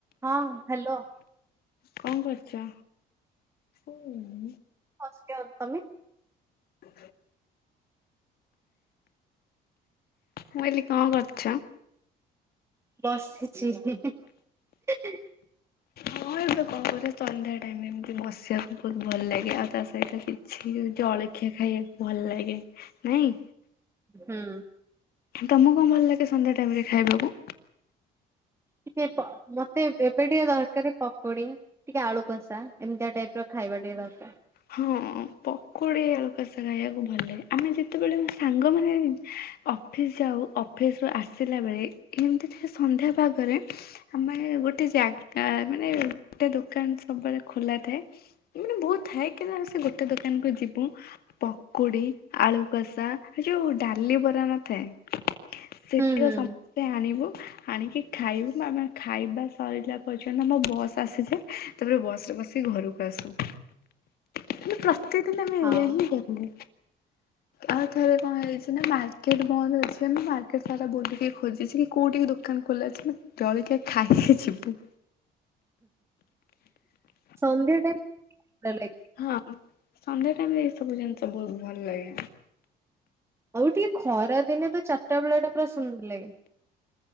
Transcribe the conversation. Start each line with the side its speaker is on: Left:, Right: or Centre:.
Right: ହଁ ହ୍ୟାଲୋ।
Left: କଣ କରୁଚ ଉଁ?
Right: ବସଚି ଆଉ ତମେ
Left: ମୁଁ କହିଲି କଣ କରୁଚ?
Right: ବସିଚି ହିଁ ହିଁ।
Left: ମୁଁ ଏବେ କଣ କରିବି ସନ୍ଧ୍ୟା ଟାଇମ ଏମିତି ବସିବାକୁ ବହୁତ ଭଲ ଲାଗେ ଆଉ ତା ସହିତ ସିଏ ଜଳଖିଆ ଖାଇବାକୁ ଭଲ ଲାଗେ ନାଇଁ?
Right: ହୁଁ।
Left: ତମକୁ କଣ ଭଲ ଲାଗେ ସନ୍ଧ୍ୟା ଟାଇମ ରେ ଖାଇବାକୁ?
Right: ଟିକିଏ ପ ମତେ ଏବେ ଏବେ ଟିକେ ଦରକାର ପକୁଡି। ଟିକେ ଆଳୁ କସା ଏମିତିଆ ଟାଇପ୍ ର ଖାଇବା ଟିକେ ଦରକାର।
Left: ହଁ ପକୁଡି ଆଳୁକସା ଖାଇବାକୁ ଭଲ ଲାଗେ ଆମେ ଯେତେବେଳେ ସାଙ୍ଗ ମାନେ ଅଫିସ୍ ଯାଉ ଅଫିସ ରୁ ଆସିଲା ବେଳେ ଏମିତି ଟିକେ ସନ୍ଧ୍ୟାପାଗରେ ଆମେ ଗୋଟେ ଜାଗା ମାନେ ଗୋଟେ ଦୋକାନ ସବୁବେଳେ ଖୋଲା ଥାଏ। ଏମାନେ ବହୁତ୍ ଥାଏ କି ନା ଆଉ ସେ ଗୋଟେ ଦୋକାନ କୁ ଯିବୁ ପକୁଡି ଆଳୁ କଷା ଏ ଯୋଉ ଡାଲି ବରା ନଥାଏ ସେଥିଓ
Right: ହୁଁ ହୁଁ
Left: ସମ
Right: ହୁଁ।
Left: ସେ ଆଣିବୁ ଆଣିକି ଖାଇବୁ ଆମେ ଖାଇବା ସରିଲା ପର୍ଯ୍ୟନ୍ତ ମୋ ବସ୍ ଆସିଚି ତେବେ ବସ୍‌ରେ ବସିକି ଘରକୁ ଆସୁ। କିନ୍ତୁ ପ୍ରତେକ ଦିନେ ଆମେ
Right: ହଁ
Left: ଏଇଆ ହିଁ କରୁ। ଆଉ ଥରେ କଣ ହେଇଛି ନା ମାର୍କେଟ ବନ୍ଦ ଅଛି ଆମେ ମାର୍କେଟ ସାରା ବୁଲିକି ଖୋଜିଛି କୋଉଠି ବି ଦୋ ଦୋକାନ ଖୋଲା ଅଛି ନା ଜଳିକିଆ ଖାଇକି ଯିବୁ।
Right: ସନ୍ଧ୍ୟା ଟାଇ <unintelligible>
Left: ହଁ ସନ୍ଧ୍ୟ ଟାଇମରେ ଏ ସବୁ ଜିନିଷ ବହୁତ ଭଲ ଲାଗେ।
Right: ଆଉ ଟିକେ ଖରା ଦିନେ ତ ଚାରିଟା ବେଳ ଟା ପୁରା ସୁନ୍ଦର ଲାଗେ।